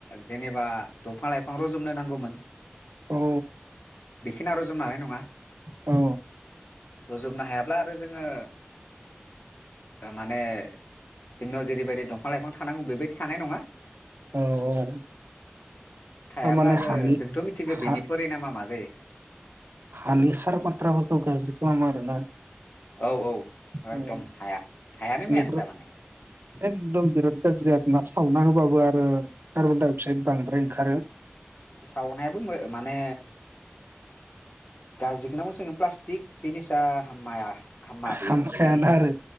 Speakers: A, on the left; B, on the right.
A: जेनेबा दंफां लाइफां रजबनो नांगौमोन
B: औ
A: बेखिना रजबनो हानाय नङा।
B: औ।
A: रुजुबनो हायाब्ला आरो जोङो माने जोंनाव जेरैबायदि दंफां लाइफां थानांगौ बेबायदि थानाय नङा।
B: औ औ
A: थायाबा
B: थारमाने
A: आरो
B: हानि
A: जोंथ मिथिगो
B: हा
A: बेनि परिनामा मा जायो।
B: हानि सार खनथ्राफोरखौ गाज्रि खालामो आरोना।
A: औ औ एकदम
B: उम
A: हाया हायानो
B: बेनिफ्राय
A: मेन थारमाने।
B: एकदम बिराद गाज्रि आरो ना सावना होबाबो आरो कार्बन डाइ, अक्साइद बांद्राय ओंखारो।
A: सावनायाबो मो-माने गाज्रि खोनो जोंङो प्लास थिग जिनिसा हामाया हामा बेयो
B: हामखायाना आरो